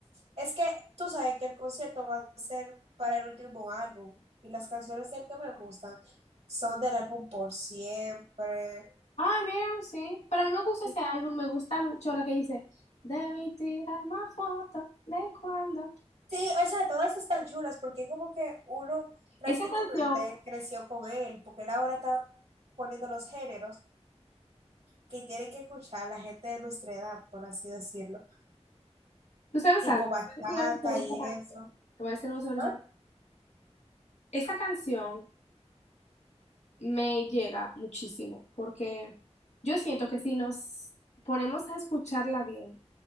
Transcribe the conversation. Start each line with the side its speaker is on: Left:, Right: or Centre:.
Right: es que tú sabes que el concierto va a ser para el último álbum y las canciones del que me gustan son del álbum Por Siempre.
Left: Ah, mira, sí. Para mí me gusta
Right: Y
Left: ese álbum. Me gusta mucho lo que dice. Debí tirar más fotos de cuando.
Right: Sí, o sea, todas están chulas porque como que uno prácticamente
Left: Esa canción,
Right: creció con él, porque él ahora está poniendo los géneros que tiene que escuchar la gente de nuestra edad, por así decirlo,
Left: ¿tú sabes
Right: tipo
Left: algo? Te
Right: bachata
Left: voy a decir algo sobre
Right: y
Left: esa canción.
Right: eso.
Left: Te voy a decir algo sobre
Right: ¿Ah?
Left: esa Esa canción me llega muchísimo porque yo siento que si nos ponemos a escucharla bien,